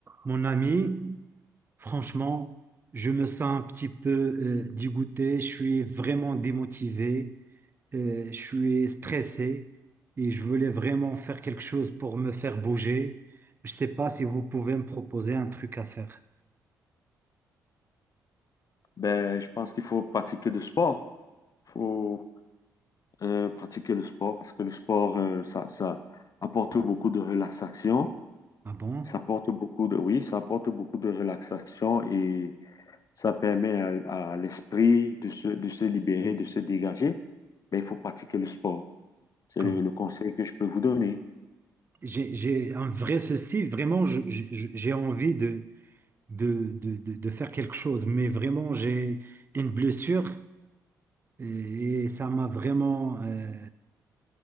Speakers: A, on the right; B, on the left.
A: Mon ami, franchement, je me sens un petit peu euh, dégoûté, je suis vraiment démotivé, euh, je suis stressé et je voulais vraiment faire quelque chose pour me faire bouger. Je ne sais pas si vous pouvez me proposer un truc à faire.
B: Ben, je pense qu'il faut pratiquer du sport. Il faut euh, pratiquer le sport parce que le sport, euh, ça, ça apporte beaucoup de relaxation.
A: Ah bon?
B: Ça apporte beaucoup de, oui, ça apporte beaucoup de relaxation et ça permet à, à l'esprit de se, de se libérer, de se dégager. Ben, il faut pratiquer le sport. C'est
A: Comme
B: le, le conseil que je peux vous donner.
A: j'ai, j'ai un vrai souci, vraiment, je- je- je- j'ai envie de, de, de, de, de faire quelque chose, mais vraiment, j'ai une blessure et, et ça m'a vraiment... euh,